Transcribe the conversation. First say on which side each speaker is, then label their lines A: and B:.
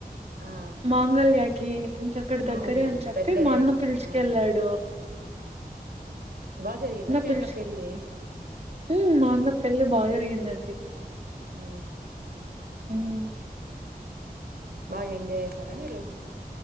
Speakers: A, on the right (about 70°); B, on the right (about 40°).
A: ఆ
B: మాంగళ్యాకి ఇంకక్కడ దగ్గరే
A: అవునులేండి
B: అని చెప్పి
A: దగ్గరే
B: మా అన్న పిలుచుకెళ్లాడు
A: ఆ బాగా జరిగిందా మీ
B: పిలిచి
A: అన్న పెళ్ళి
B: హ్మ్. మా అన్న పెళ్లి బా జరిగిందండి
A: ఊ
B: హ్మ్.
A: బాగా ఎంజాయ్ జేసారా మీరు